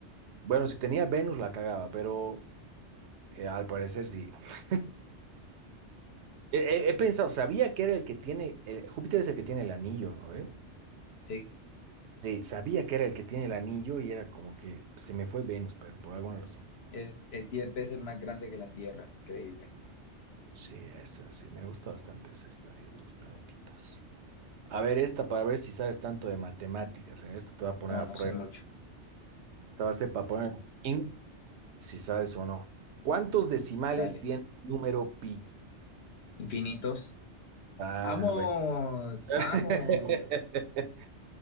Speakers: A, on the right; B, on the left.
A: Bueno, si tenía Venus la cagaba, pero eh, al parecer sí. <laughs> He, he- he pensado, sabía que era el que tiene, el- Júpiter es el que tiene el anillo, ¿no? ve?
B: Sí,
A: Sí, sabía que era el que tiene el anillo y era como que se me fue Venus, pero por alguna razón.
B: es, es 10 veces más grande que la Tierra. Increíble.
A: Sí, esa sí, me gusta bastante esa historia de los planetitas. A ver, esta para ver si sabes tanto de matemáticas. eh, Esto te va a poner
B: No,
A: a
B: no
A: prueba.
B: sé mucho.
A: Esta va a ser para poner en si sabes o no. ¿Cuántos decimales
B: Dale.
A: tiene el número pi?
B: Infinitos.
A: Ah,
B: Vamos,
A: ve. <laughs>
B: vamos.